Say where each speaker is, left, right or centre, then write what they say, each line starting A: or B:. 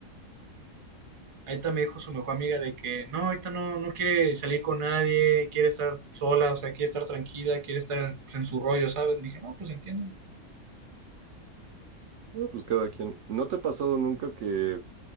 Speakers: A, on the right (about 35°); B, on the right (about 65°).
A: Ahorita me dijo su mejor amiga de que no, ahorita no, no quiere salir con nadie, quiere estar sola, o sea, quiere estar tranquila, quiere estar pues, en su rollo, ¿sabes? Le dije, no, pues entiendo.
B: No, pues cada quien. ¿No te ha pasado nunca que